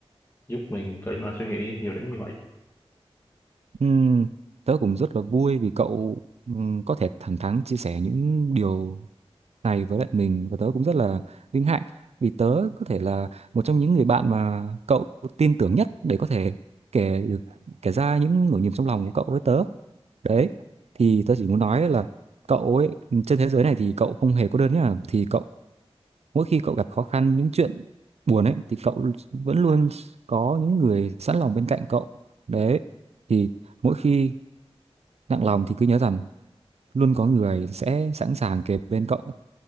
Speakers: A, on the left; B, on the right.
A: giúp mình cởi mở suy nghĩ nhiều đến như vậy
B: Ừm, tớ cũng rất là vui vì cậu ừm, có thể thẳng thắn chia sẻ những điều này với lại mình và tớ cũng rất là vinh hạnh vì tớ có thể là một trong những người bạn mà cậu tin tưởng nhất để có thể kể được kể ra những nỗi niềm trong lòng của cậu với tớ đấy thì tớ chỉ muốn nói là cậu ấy trên thế giới này thì cậu không hề cô đơn nhá thì cậu mỗi khi cậu gặp khó khăn những chuyện buồn ấy thì cậu vẫn luôn có những người sẵn lòng bên cạnh cậu đấy thì mỗi khi nặng lòng thì cứ nhớ rằng luôn có người sẽ sẵn sàng kề bên cậu